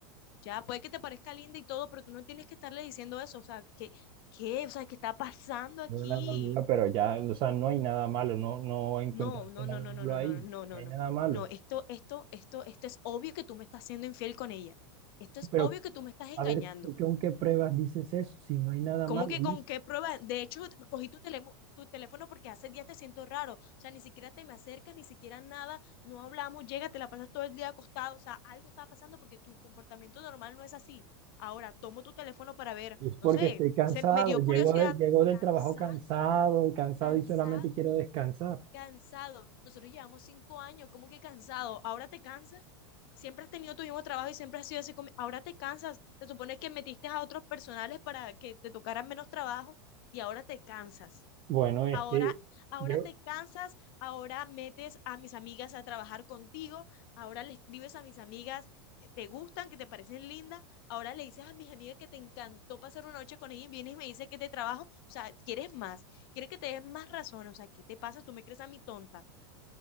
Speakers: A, on the left (about 60°); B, on the right (about 40°).
A: Ya, puede que te parezca linda y todo, pero tú no tienes que estarle diciendo eso, o sea, ¿qué, qué? O sea, ¿qué está pasando aquí?
B: No era nada malo, pero ya, o sea, no hay nada malo, no, no encontraste
A: No, no,
B: nada
A: no, no,
B: malo
A: no, no,
B: ahí,
A: no, no, no,
B: no hay
A: no.
B: nada malo.
A: No, esto, esto, esto, esto es obvio que tú me estás siendo infiel con ella. Esto es
B: Pero
A: obvio que tú me estás engañando.
B: a ver, ¿tú con qué pruebas dices eso? Si no hay nada
A: ¿Cómo
B: malo,
A: que
B: ¿no?
A: con qué prueba? De hecho, cogí tu teléfono, tu teléfono porque hace días te siento raro. O sea, ni siquiera te me acercas, ni siquiera nada. No hablamos, llega, te la pasas todo el día acostado. O sea, algo está pasando porque tu comportamiento normal no es así. Ahora, tomo tu teléfono para ver,
B: Es porque
A: no sé,
B: estoy cansado,
A: se, me dio
B: llego,
A: curiosidad.
B: de- llego del
A: Cansado,
B: trabajo cansado, cansado
A: cansado
B: y solamente quiero descansar.
A: cansado. Nosotros llevamos cinco años, ¿cómo que cansado? ¿Ahora te cansas? Siempre has tenido tu mismo trabajo y siempre has sido así. como- Ahora te cansas. Se supone que metiste a otros personales para que te tocaran menos trabajo y ahora te cansas.
B: Bueno, este,
A: Ahora, ahora
B: yo,
A: te cansas, ahora metes a mis amigas a trabajar contigo, ahora le escribes a mis amigas que te gustan, que te parecen lindas, ahora le dices a mis amigas que te encantó pasar una noche con ellas y vienes y me dices que te trabajo, o sea, quieres más. quieres que te des más razón, o sea, ¿qué te pasa? Tú me crees a mi tonta.